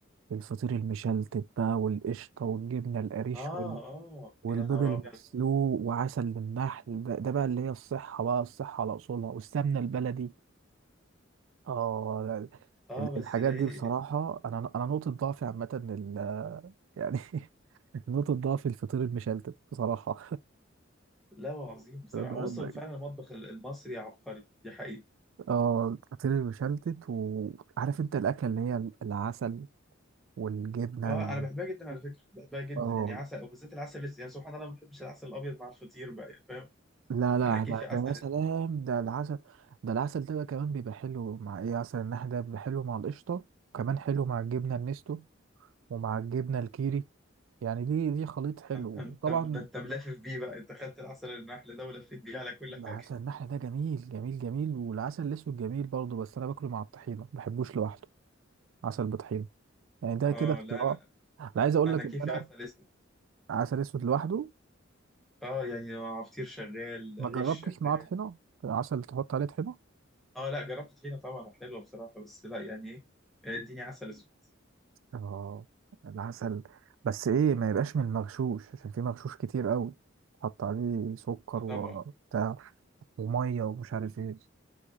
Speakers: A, on the right; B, in the centre.
A: الفطير المشلتت بقى والقشطه والجبنه القريش
B: اه اه
A: والبيض
B: يا نهار
A: المسلوق
B: ابيض
A: وعسل النحل ده, ده بقى اللي هي الصحة بقى الصحة على أصولها والسمنة البلدي اه لا،
B: اه
A: ال-
B: بس
A: الحاجات
B: ده ايه
A: دي بصراحة أنا أنا نقطة ضعفي عامة ال- يعني <laughs> نقطة ضعفي الفطير المشلتت بصراحة
B: لا عظيم بصراحه
A: <laughs> ده-
B: وصل
A: ده-
B: فعلا المطبخ المصري عبقري دي حقيقه
A: اه الفطير المشلتت وعارف أنت الأكلة اللي هي العسل والجبنة
B: اه
A: ال-
B: انا بحبها جدا على فكره بحبها جدا
A: اه
B: يعني عسل وبالذات العسل الاسود يعني سبحان الله ما بحبش العسل الابيض مع الفطير بقى يعني فاهم
A: لا لا
B: انا كيفي
A: ده
B: عسل
A: ده يا سلام
B: اسود
A: ده العسل ده العسل ده بقى كمان بيبقى حلو مع ايه عسل النحل ده بيبقى حلو مع القشطة وكمان حلو مع الجبنة النستو ومع الجبنة الكيري يعني دي دي خليط حلو
B: انت
A: وطبعا
B: انت ده انت ملفف بيه بقى انت خدت العسل النحل ده ولفيت بيه على كل حاجه
A: عسل
B: <laughs>
A: النحل ده جميل جميل جميل والعسل الاسود جميل برضه بس انا باكله مع الطحينة ما بحبوش لوحده عسل بطحينة يعني ده
B: اه
A: كده اختراع
B: لا انا
A: انا عايز اقول
B: انا
A: لك
B: كيفي
A: ان انا
B: عسل اسود
A: عسل اسود لوحده
B: اه يعني عصير شغال
A: ما جربتش
B: عيش شغال
A: معاه طحينة عسل تحط عليه طحينة
B: اه لا جربت طحينه طبعا حلوه بصراحه بس لا يعني ايه يعني اديني عسل اسود
A: اه العسل بس ايه ما يبقاش من المغشوش عشان في مغشوش كتير قوي حط عليه سكر
B: آه طبعا
A: وبتاع وميه ومش عارف ايه